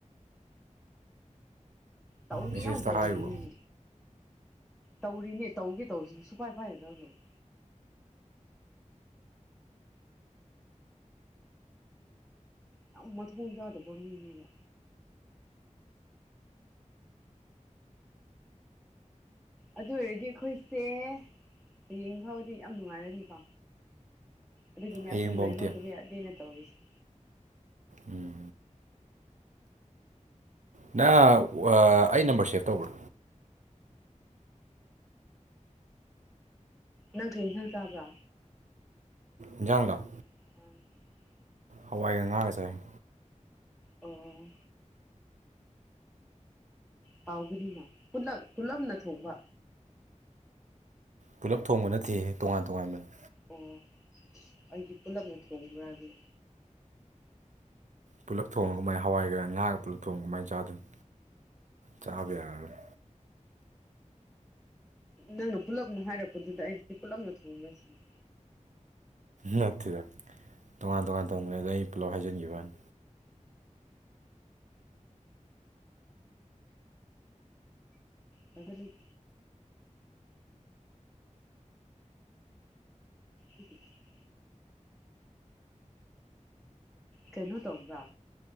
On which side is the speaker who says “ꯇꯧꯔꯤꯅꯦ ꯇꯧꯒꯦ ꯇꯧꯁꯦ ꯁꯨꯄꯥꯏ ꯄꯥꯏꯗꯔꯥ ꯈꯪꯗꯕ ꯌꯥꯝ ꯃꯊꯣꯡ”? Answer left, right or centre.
Centre